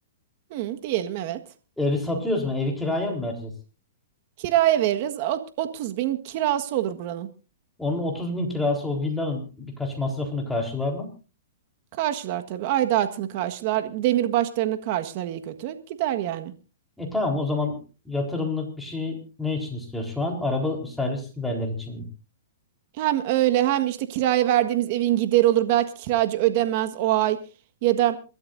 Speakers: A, on the right (about 50°); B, in the centre.
A: Hı, diyelim evet.
B: Evi satıyoruz mu? Evi kiraya mı vereceğiz?
A: Kiraya veririz. Ot- 30 bin kirası olur buranın.
B: Onun 30 bin kirası o villanın birkaç masrafını karşılar mı?
A: Karşılar tabii. Aidatını karşılar. Demir başlarını karşılar iyi kötü. Gider yani.
B: E tamam o zaman yatırımlık bir şey ne için istiyoruz şu an? Araba servis giderleri için mi?
A: Hem öyle hem işte kiraya verdiğimiz evin gideri olur. Belki kiracı ödemez o ay ya da